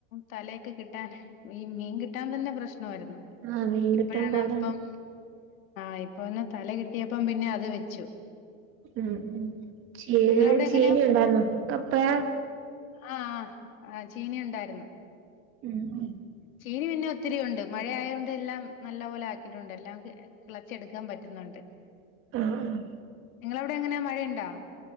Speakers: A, on the left; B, on the right.
A: തലയൊക്കെ കിട്ടാൻ ഈ മീൻ കിട്ടാൻ തന്നെ പ്രശ്നമായ്രുന്നു
B: ആഹ് മീൻ
A: ഇപ്പഴാണ്
B: കിട്ടാൻ പാടാണ്
A: അത്പ്പം ആഹ് ഇപ്പന്ന് തല കിട്ടിയപ്പം പിന്നെ അത് വെച്ചു
B: ഉം ഉം ചീന്
A: നിങ്ങളവിടെ
B: ചീന
A: എങ്ങനെയാ
B: ഉണ്ടായ്രുന്നു കപ്പാ
A: ആഹ് ആഹ് ആഹ് ചീന ഉണ്ടായ്രുന്നു
B: ഉം ഉം
A: ചീനി പിന്നെ ഒത്തിരി ഒണ്ട് മഴയായോണ്ട് എല്ലാം നല്ല പോലെ ആക്കിയിട്ടൊണ്ട് എല്ലാം കെളച്ചെടുക്കാൻ പറ്റുന്നൊണ്ട്
B: ആഹ് ആഹ്
A: നിങ്ങളെ അവിടെ എങ്ങനെയാ മഴയ്ണ്ടാ?